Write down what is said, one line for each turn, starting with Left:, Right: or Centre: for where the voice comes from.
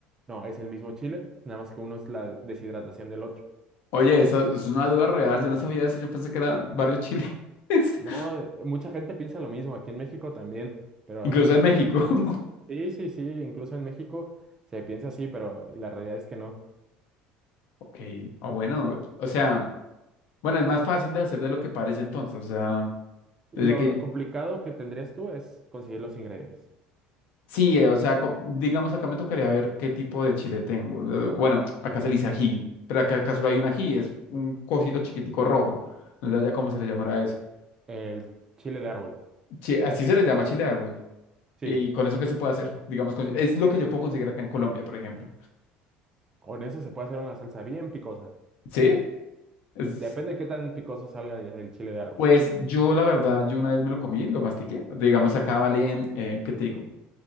Right: No, es el mismo chile, nada más que uno es la deshidratación del otro.
Left: Oye, esa es una duda real, yo no sabía eso, yo pensé que eran varios chiles, <laughs>
Right: No, eh, mucha gente piensa lo mismo, aquí en México también, pero
Left: incluso en México.
Right: pero así es.
Left: <laughs>
Right: Sí, sí, sí, incluso en México se piensa así, pero la realidad es que no.
Left: Ok, o bueno, o sea, bueno, es más fácil de hacer de lo que parece entonces, o sea,
Right: Lo
Left: desde que...
Right: complicado que tendrías tú es conseguir los ingredientes.
Left: Sí, eh, o sea, com- digamos acá me tocaría ver qué tipo de chile tengo. Eh, Bueno, acá se le dice ají, pero acá, acá solo hay un ají, es un cosito chiquitico rojo. No sé ya cómo se le llamará eso.
Right: El chile de árbol,
Left: Chi- así se le llama chile de árbol.
Right: sí,
Left: ¿Y con eso qué se puede hacer? Digamos, con- es lo que yo puedo conseguir acá en Colombia, por ejemplo.
Right: con eso se puede hacer una salsa bien picosa.
Left: ¿Sí? Es-
Right: Depende de qué tan picoso salga el chile de árbol.
Left: pues yo, la verdad, yo una vez me lo comí, lo mastiqué. Digamos, acá valen, eh, ¿qué te digo?